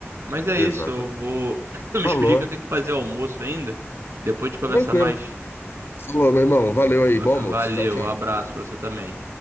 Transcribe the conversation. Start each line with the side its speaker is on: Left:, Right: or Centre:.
Right: Mas é
Left: exatamente.
Right: isso, eu vou <coughs> <clears throat> me
Left: Falou.
Right: expedir que eu tenho que fazer almoço ainda. Depois de conversar
Left: Tranquilo.
Right: mais.
Left: Falou, meu irmão. Valeu aí.
Right: Va-
Left: Bom almoço.
Right: Valeu,
Left: Tchau, tchau.
Right: abraço para você também.